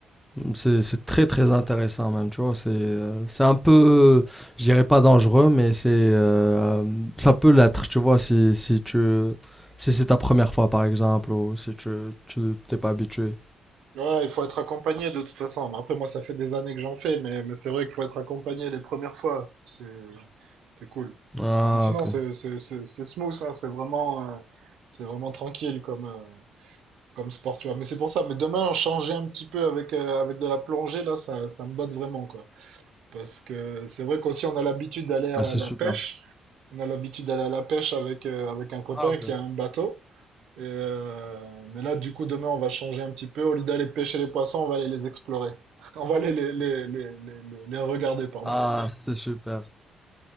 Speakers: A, in the centre; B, on the right.
A: c'est c'est très très intéressant même, tu vois, c'est euh, c'est un peu, je dirais pas dangereux, mais c'est euh, ça peut l'être, tu vois, si, si tu... Si c'est ta première fois, par exemple, ou si tu tu t'es pas habitué.
B: Ouais, il faut être accompagné de toute façon. Bon, Après, moi, ça fait des années que j'en fais, mais, mais c'est vrai qu'il faut être accompagné les premières fois. C'est, c'est cool.
A: Ah,
B: Mais sinon,
A: ok.
B: c'est, c'est, c'est, c'est smooth, hein. C'est vraiment, euh, c'est vraiment tranquille comme, euh, comme sport, tu vois. Mais c'est pour ça. Mais demain, changer un petit peu avec, euh, avec de la plongée, là, ça, ça me botte vraiment, quoi. Parce que c'est vrai qu'aussi, on a l'habitude d'aller à
A: Ah, c'est
B: la
A: super.
B: pêche. On a l'habitude d'aller à la pêche avec, euh, avec un copain
A: Ah, ok.
B: qui a un bateau. Et euh, mais là, du coup, demain, on va changer un petit peu. Au lieu d'aller pêcher les poissons, on va aller les explorer. <laughs> On va aller les, les, les, les, les- les regarder, pardon.
A: Ah, c'est super,